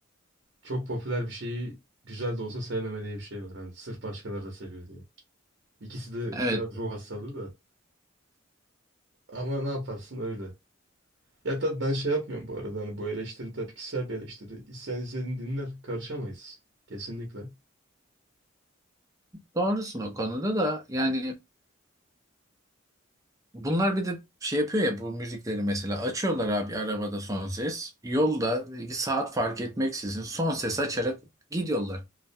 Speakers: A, on the right; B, on the right.
A: çok popüler bir şeyi güzel de olsa sevmeme diye bir şey var. Hani sırf başkaları da seviyor diye. İkisi de
B: Evet,
A: biraz ruh hastalığı da. Ama ne yaparsın öyle. Ya tabii ben şey yapmıyorum bu arada. Hani bu eleştiri tabii kişisel bir eleştiri. İsteyen istediğini dinler. Karışamayız. Kesinlikle.
B: doğrusun o konuda da yani Bunlar bir de şey yapıyor ya bu müzikleri mesela açıyorlar abi arabada son ses. Yolda saat fark etmeksizin son ses açarak gidiyorlar.